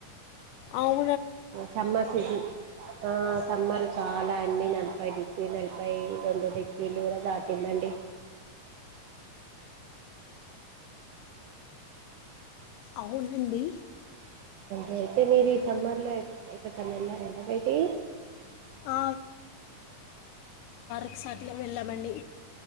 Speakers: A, on the left; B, on the right.
A: అవు
B: చెమ్మసిటి ఆ సమ్మర్ చాలా అండి నలభై డిగ్రీ నలభై రెండు డిగ్రీలు కూడా దాటిందండి
A: అవునండి
B: రైతే మీరు ఈ సమ్మర్లో ఎక్కడికైనా వెళ్ళారండి బయటి
A: ఆ, ఒకసారిలో వెళ్ళామండి